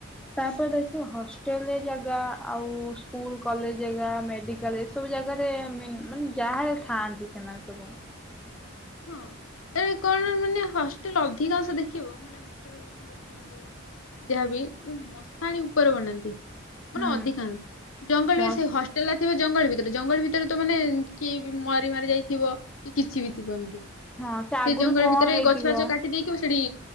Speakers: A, in the centre; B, on the left (about 80°).
A: ତାପରେ ଦେଖବୁ ହସ୍। ହୋଟେଲ ଜାଗା ଆଉ ସ୍କୁଲ କଲେଜ ଜେଗା ମେଡିକାଲ ଏସବୁ ଜାଗାରେ ମାନେ ଯାହାର ଥାଆନ୍ତି ସେମାନେ ସବୁ।
B: ହଁ ଏ କଣ ମାନେ ହଷ୍ଟେଲ ଅଧିକାଂଶ ଦେଖିବ ମାନେ ହଷ୍ଟେଲ <unintelligible> ଯହା ବି ମଶାଣି ଉପରେ ବନାନ୍ତି ମାନେ
A: ହୁଁ
B: ଅଧିକାଂସ। ଜଙ୍ଗଲରେ
A: ମସ୍
B: ସେ ହସ୍ ଥିବ ଜଙ୍ଗଲ ଭିତରେ ଜଙ୍ଗଲ ଭିତରେ ତ ମାନେ କିଏ ମରି ମାରି ଯାଇଥିବ କି କିଛି ବି ସେ
A: ହଁ ଆଗରୁ
B: ଜଙ୍ଗଲ
A: କଣ
B: ଭିତରେ
A: ହେଇଥିବ
B: ଗଛ ବାଛ କାଟ୍ ଦେକିବୁ ସେଡି